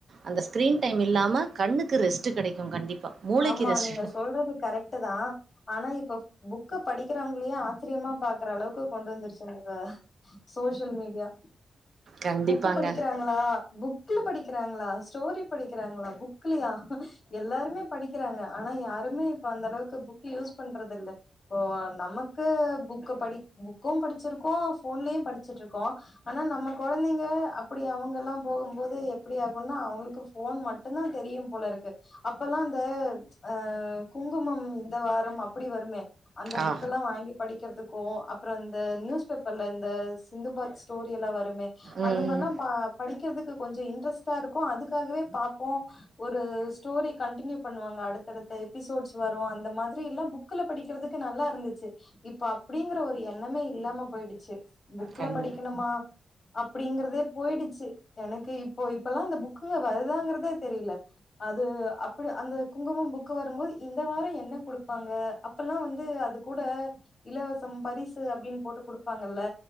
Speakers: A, on the right (about 50°); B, on the left (about 25°).
A: அந்த ஸ்கிரீன் டைம் இல்லாம கண்ணுக்கு ரெஸ்ட்டு கெடைக்கு கண்டிப்பா மூளைக்கு
B: ஆமா
A: ரெஸ்ட்
B: நீங்க சொல்றது கரெக்ட்டுதா ஆனா இப்ப புக்கு படிக்கிறவங்களையு ஆச்சரியமா பாக்குற அளவுக்கு கொண்டு வந்துருச்சு இந்த சோசியல் மீடியா
A: கண்டிப்பாங்க.
B: புக்கு படிக்கிறா லா புக்ல படிக்கிறாங்களா ஸ்டோரி படிக்கிறாங்களா புக்லயா எல்லாருமே படிக்கிறாங்க ஆனா யாருமே இப்ப அந்த அளவுக்கு புக் யூஸ் பண்றது இல்ல இப்போ நமக்கு புக்க படி புக்கு படிச்சிருக்கோ ஃபோன்லயு படிச்சிட்டு இருக்கோ ஆனா நம்ம கொழந்தைங்க அப்டி அவங்க எல்லா போகும்போது எப்டி ஆகுன்னா அவங்களுக்கு ஃபோன் மட்டு ட்டுதா தெரியு போல இருக்கு அப்பெல்லா அந்த ஆ குங்குமம் இந்த வாரம் அப்டி வருமே அந்த புக்க
A: ஆ.
B: எல்லா வாங்கி படிக்கிறதுக்கோ அப்றோ இந்த நியூஸ் பேப்பர்ல இந்த சிந்துபாத் ஸ்டோரி எல்லா வருமே
A: ம்.
B: அந்த மார்லா ப படிக்கிறதுக்கு கொஞ்சோ இன்ட்ரெஸ்ட்டா இருக்கு அதுக்காகவே பாப்போ ஒரு ஸ்டோரி கண்டினியூ பண்ணுவாங்க அடுத்தடுத்த எபிசோட்ஸ் வரு அந்த மாதிரி எல்லா புக்ல படிக்கிறதுக்கு நல்லா இருந்தச்சு இப்ப அப்டிங்கற ஒரு எண்ணமே இல்லாம போயிடுச்சு புக்ல
A: கண்
B: படிக்கணுமா அப்டிங்கறதே போயிடுச்சு எனக்கு இப்போ இப்பல்லா அந்த புக்குங்க வருதாங்கிறதே தெரில அது அப்டியா அந்த குங்குமம் புக்கு வரும்போது இந்த வாரம் என்ன குடுப்பாங்க அப்பல்லா வந்து அது கூட இலவசம் பரிசு அப்டின் போட்டு குடுப்பாங்கில்ல